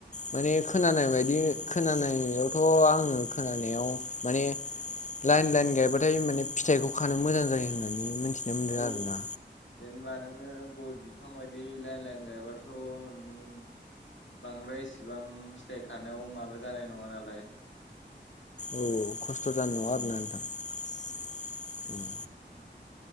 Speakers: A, on the left; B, on the left.
A: माने
B: औ
A: खोनानाय बायदि खोनानायावथ' आङो खोनानायाव माने लाइन लाइन गायबाथाय माने फिथाइखौ खानो मोजां जायो होननानै मिथिनो मोनदों
B: औ
A: आरोना
B: जेनबा नोङो गय बिफां बायदि लाइन लाइन गायबाथ' नों बांद्राय इसिबां फिथाइ खानायाव माबा जानाय नङा नालाय
A: औ खस्थ' जानाय नङा
B: औ
A: आरो ना नोंथां औ।